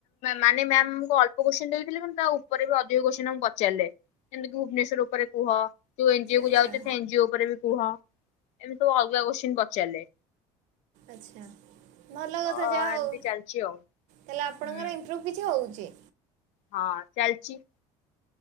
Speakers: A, on the left; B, on the right.
A: ମାନେ ମ୍ୟାମମକୁ ଅଳ୍ପ କୋଶ୍ଚିନ ଦେଇଥିଲେ କିନ୍ତୁ ତା ଉପରେ ବି ଅଧିକ କୋଶ୍ଚନ ଆକୁ ପଚାରିଲେ। ଯେମିତିକ ଭୁବନେଶ୍ଵର ଉପରେ କୁହ ଯୋଉ ଏନଜିଓ
B: ଆଚ୍ଛା
A: କୁ ଯାଉଛ ସେ ଏଜିଓ ଉପରେ ବି କୁହ। ଏମି ତ ଅସିନ ପଚାରିଲେ।
B: ଆଛା ଭଲ
A: ତ
B: କଥା ଯାହା
A: ଏମିତି
B: ହଉ।
A: ଚାଲିଛି ଆଉ
B: ତାଲେ ଆପଣଙ୍କର
A: ହୁଁ।
B: ଇମ୍ପ୍ରୁଭ କିଛି ହଉଛି।
A: ହଁ ଚାଲଛି।